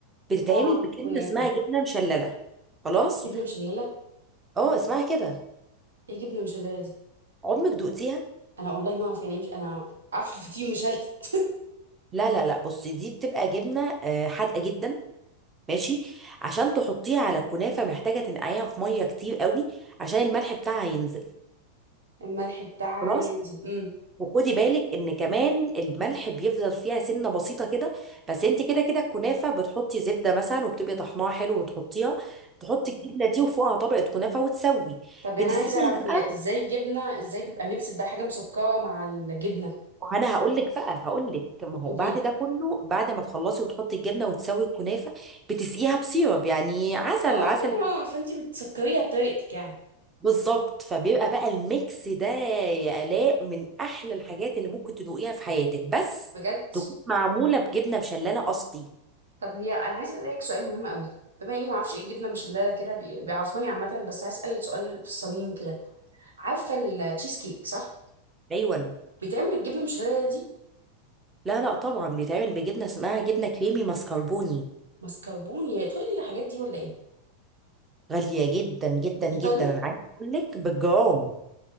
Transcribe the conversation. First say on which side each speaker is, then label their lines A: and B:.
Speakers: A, on the right (about 15°); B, on the right (about 70°).
A: بتتعمل
B: نوع
A: بجبنة
B: كنافه
A: اسمها جبنة مشللة خلاص
B: جبنه مشلله
A: اه اسمها كده
B: ايه جبنه مشلله دي
A: عمرك دقتيها
B: انا والله ما اعرف يعني إيه مش انا عارفه الفطير مشلتت
A: لا لا لا بصي دي بتبقى جبنة آه، حادقة جدا ماشي عشان تحطيها على الكنافة محتاجة تنقعيها في مية كتير قوي عشان الملح بتاعها ينزل
B: الملح بتاعها
A: خلاص
B: ينزل امم
A: وخدي بالك ان كمان الملح بيفضل فيها سنه بسيطه كده بس انت كده كده الكنافه بتحطي زبده مثلا وبتبقي طحناها حلو وتحطيها تحطي الجبنه دي وفوقها طبقه كنافه وتسوي
B: طب يعني
A: بتسقيها
B: انا عايزه اعرف
A: بقى
B: هي ازاي جبنه ازاي بيبقى ميكس بقى حاجه مسكره مع الجبنه
A: انا هقول لك بقى هقول لك ما هو
B: قوليلي
A: بعد ده كله بعد ما تخلصي وتحطي الجبنه وتسوي الكنافه بتسقيها بسيرب يعني عسل
B: اه
A: عسل
B: فانتي بتسكريها بطريقتك يعني
A: بالظبط فبيبقى بقى الميكس ده يا الاء من احلى الحاجات اللي ممكن تدوقيها في حياتك بس
B: بجد
A: تكون معموله بجبنه مشلله اصلي
B: طب هي انا عايزه اسالك سؤال مهم قوي بما اني ما اعرفش ايه الجبنه مشلله كده بي- بيعرفوني عامه بس عايز اسال سؤال في الصميم كده عارفه التشيز كيك صح
A: ايوه
B: بيتعمل بالجبنه المشلله دي
A: لا لا طبعا بيتعمل بجبنه اسمها جبنه كريمي ماسكربوني
B: mascarpone يا ايطالي الحاجات دي ولا ايه
A: غاليه جدا جدا جدا
B: ايطالي
A: انا عايزه اقول لك بالجرام